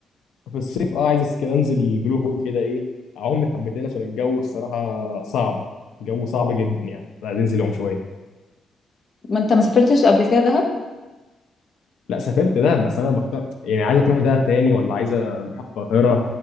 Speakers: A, on the left; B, on the left.
A: في الصيف اه عايز اس- كده انزل البلو هول كده ايه اعوم لي حبتين عشان الجو الصراحه صعب الجو صعب جدا يعني عايز انزل يوم شويه
B: ما انت ما سافرتش قبل كده دهب
A: لا سافرت دهب بس انا بكتر يعني عايزه تروحي دهب تاني ولا عايزه نروح القاهره